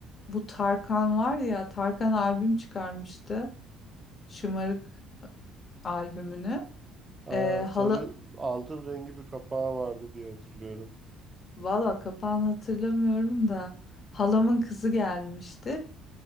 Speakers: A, on the left; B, on the right.
A: Bu Tarkan var ya Tarkan albüm çıkarmıştı. Şımarık albümünü.
B: Aa,
A: Ee,
B: sarı
A: hala
B: altın rengi bir kapağı vardı diye hatırlıyorum.
A: valla kapağını hatırlamıyorum da halamın kızı gelmişti.